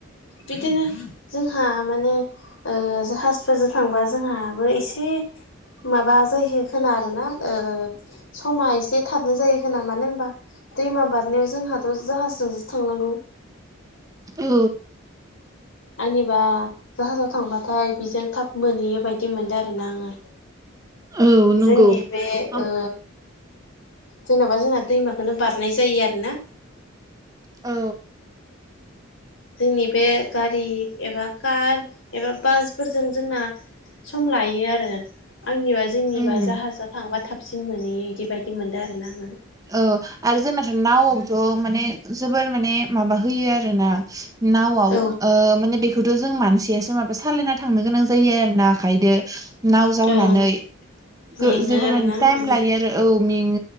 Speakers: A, on the left (about 65°); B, on the right (about 15°).
A: बिदिनो जोंहा माने ओ जाहाजफोरजों थांबा जोंहाबो एसे माबा जाहोयो खोना आरोना ओ समा एसे थाबनो जायो खोना मानो होमबा दैमा बारनायाव जोंहाथ' जाहाजजोंसो थांनांगौ।
B: औ।
A: आनिबा जाहाजाव थांबाथाय बेजों थाब मोनहैयो बायदि मोनदों आरोना आङो।
B: औ नंगौ
A: जोंनि बे
B: ओम
A: ओ जेनेबा जोंहा दैमाखोनो बारनाय जायो आरो ना।
B: औ।
A: जोंनि बे गारि एबा कार एबा बासफोरजों जोंना सम लायो आरो आंनिबा जोंनिबा
B: उम
A: जाहाजाव थांबा थाबसिन मोनै इदि बायदि मोनदो आरोना आङो
B: औ आरो जोंनाथ' नावआवबोथ' माने जोबोर माने माबा होयो आरो ना? नावआव
A: औ
B: ओ माने बेखौथ' जों मानसियासो माबा सालायना थांनो गोनां जायो आरो ना आखायदो नाव जावनानै
A: ओं मेङो
B: गो जोबोर
A: आरोना
B: माने टायेम
A: उम
B: लायो आरो औ मेङो।